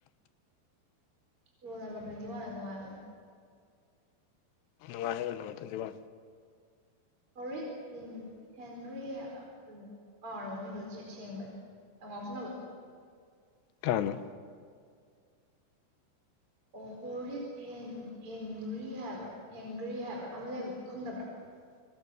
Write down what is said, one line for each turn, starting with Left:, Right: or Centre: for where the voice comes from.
Right: ꯎꯝ ꯔꯣꯜ ꯅꯝꯕꯔ ꯇ꯭ꯋꯦꯟꯇꯤ ꯋꯥꯟꯅꯨꯡꯉꯥꯏꯕ
Left: ꯃ ꯍꯥꯏ ꯑꯗꯨꯣ ꯊꯖꯕꯥ
Right: ꯍꯣꯔꯤꯠ ꯍꯦꯟꯔꯤ ꯍꯥꯏꯕ ꯀꯥꯔ ꯃꯃꯤꯡꯗꯨ ꯁꯦꯡꯕꯗꯨ ꯑꯉꯥꯎꯁꯅꯅꯕꯗꯣ
Left: ꯀꯥꯅ
Right: ꯑꯣ ꯍꯣꯔꯤꯠ ꯍꯦꯟꯔꯤ ꯍꯥꯏꯕ꯭ꯔꯥ ꯍꯦꯟꯒ꯭ꯔꯤ ꯍꯥꯏꯕ꯭ꯔꯥ ꯑꯃ ꯂꯩꯕꯗꯣ ꯈꯪꯗꯕ꯭ꯔꯥ
Left: <unintelligible>